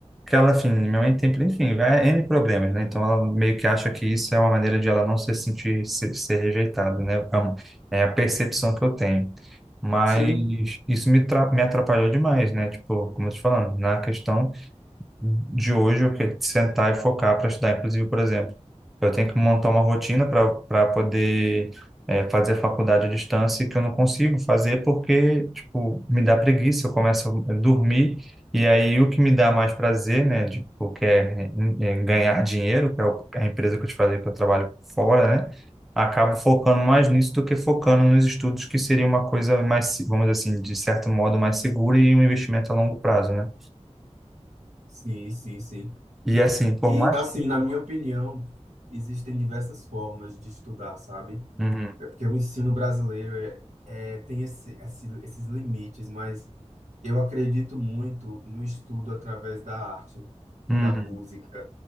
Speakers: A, in the centre; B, on the right.
A: Que ela, enfim, minha mãe tem, enfim, vai- N problemas, né? Então ela meio que acha que isso é uma maneira de ela não se sentir, ser, ser rejeitada, né? É, um- é a percepção que eu tenho. Mas
B: Sim,
A: isso me, tra- me atrapalhou demais, né? Tipo, como eu tô te falando, na questão de hoje eu quero sentar e focar para estudar. Inclusive, por exemplo, eu tenho que montar uma rotina para para poder eh, fazer faculdade à distância que eu não consigo fazer porque, tipo, me dá preguiça, eu começo a dormir e aí o que me dá mais prazer, né, tipo, que é, eh, ganhar dinheiro, que é o- a empresa que eu te falei que eu trabalho fora, né, acabo focando mais nisso do que focando nos estudos, que seria uma coisa mais, se- vamos dizer assim, de certo modo mais segura e um investimento a longo prazo, né?
B: sim, sim, sim.
A: E assim, por
B: E
A: mais
B: assim, na minha opinião, existem diversas formas de estudar, sabe?
A: Uhum,
B: É porque o ensino brasileiro é, é- tem esse, esse- esses limites, mas eu acredito muito no estudo através da arte,
A: uhum.
B: da música,